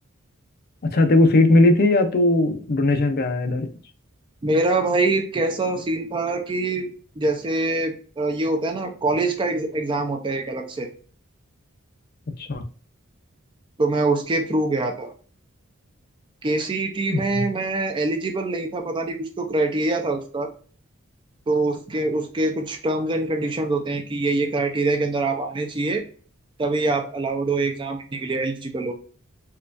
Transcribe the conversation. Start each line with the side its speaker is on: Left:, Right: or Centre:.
Left: अच्छा तेरे को सीट मिली थी या तू डोनेशन पे आया इधर कुछ
Right: मेरा भाई कैसा सीन था कि जैसे अ, ये होता है ना कॉलेज का एग्ज- एग्जाम होता है एक अलग से
Left: अच्छा
Right: तो मैं उसके थ्रू गया था केसीईटी
Left: हम्म।
Right: में मैं एलिजिबल नहीं था पता नहीं कुछ तो क्राइटेरिया था उसका तो उसके उसके कुछ टर्म्स एंड कंडीशंस होते हैं कि ये ये क्राइटेरिया के अंदर आप आने चाहिए तभी आप अलाउड हो एग्जाम लिखने के लिए एलिजिबल हो